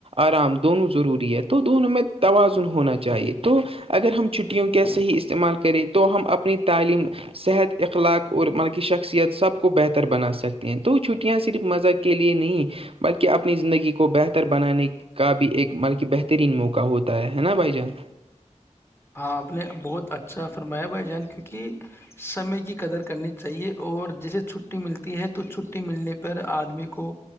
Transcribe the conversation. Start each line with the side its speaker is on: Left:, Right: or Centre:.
Right: آرام دونوں ضروری ہے تو دونوں میں تواز ہونا چاہیے تو اگر ہم چھٹیوں کا صحیح استعمال کریں تو ہم اپنی تعلیم صحت اخلاق اور مطلب کی شخصیت سب کو بہتر بنا سکتی ہیں تو چھٹیاں صرف مزہ کی کے لیے نہیں بلکہ اپنی زندگی کو بہتر بنانے کا بھی ایک بلکہ بہترین موقع ہوتا ہے ہے نا بھائی جان
Left: ہاں اپنے بہت اچھا فرمایا بھائی جان کیونکہ سمے کی قدر کرنی چاہیے اور جسے چھ چھٹی ملتی ہے تو چھٹی ملنے پر آدمی کو